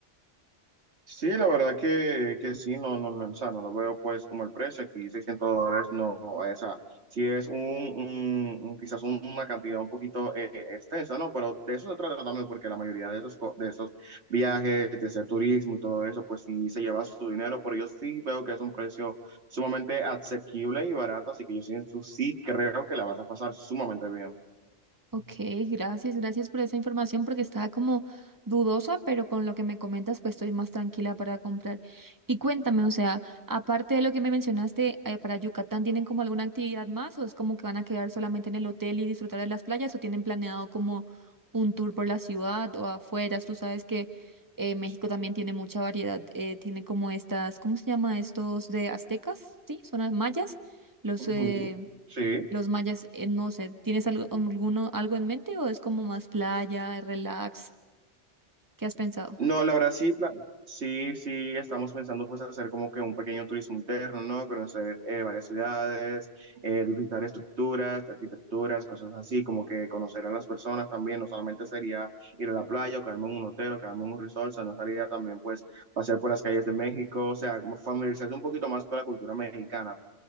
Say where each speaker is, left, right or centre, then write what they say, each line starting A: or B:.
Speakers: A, on the right; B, on the right.
A: Sí, la verdad que, que sí, no, no, no, o sea, no lo veo pues como el precio, aquí 600 dólares no, o sea, sí es un, un- un- quizás una cantidad un poquito eh, extensa, ¿no? Pero de eso se trata también, porque la mayoría de esos, co- de esos viajes, de ese turismo y todo eso, pues sí se lleva su dinero, pero yo sí veo que es un precio sumamente asequible y barato, así que yo sí, sí creo que la vas a pasar sumamente bien.
B: Ok, gracias, gracias por esa información porque estaba como dudosa, pero con lo que me comentas, pues estoy más tranquila para comprar. Y cuéntame, o sea, aparte de lo que me mencionaste, eh, para Yucatán, ¿tienen como alguna actividad más o es como que van a quedar solamente en el hotel y disfrutar de las playas o tienen planeado como un tour por la ciudad o afueras? Tú sabes que eh, México también tiene mucha variedad, eh, tiene como estas, ¿cómo se llama estos de aztecas? Sí, son las mayas, los...
A: Ujú.
B: eh,
A: Sí.
B: los mayas, eh, no sé, ¿tienes algo, alguno, algo en mente o es como más playa, relax? ¿Qué has pensado?
A: No, la verdad sí, pla- sí, sí, estamos pensando pues hacer como que un pequeño turismo interno, ¿no? Conocer eh, varias ciudades, eh, visitar estructuras, arquitecturas, cosas así, como que conocer a las personas también, no solamente sería ir a la playa o quedarme en un hotel o quedarme en un resort, sino sería también pues pasear por las calles de México, o sea, como familiarizarse un poquito más con la cultura mexicana.